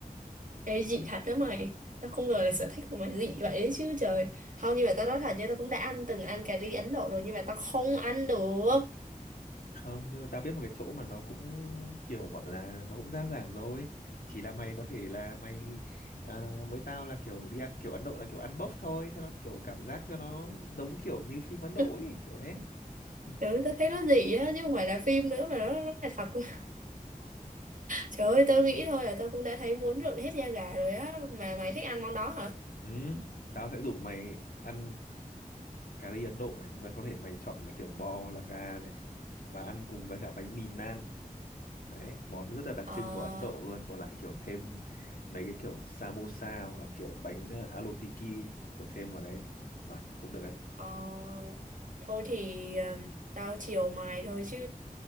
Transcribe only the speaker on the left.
không nhưng mà tao biết một cái chỗ mà nó cũng kiểu gọi là nó cũng giá giảm rồi chỉ là mày có thể là mày à, với tao là kiểu đi ăn kiểu Ấn Độ là kiểu ăn bốc thôi cho nó kiểu cảm giác cho nó giống kiểu như phim Ấn Độ
ấy kiểu thế <laughs>
ừ tao sẽ rủ mày ăn cà ri Ấn Độ này mà có thể mày chọn là kiểu bò hoặc là gà này và ăn cùng với cả bánh mì naan đấy món rất là đặc
trưng của Ấn Độ luôn còn lại kiểu thêm mấy cái kiểu samosa hoặc là kiểu bánh ờ, alu tiki kiểu thêm vào đấy rồi cũng được đấy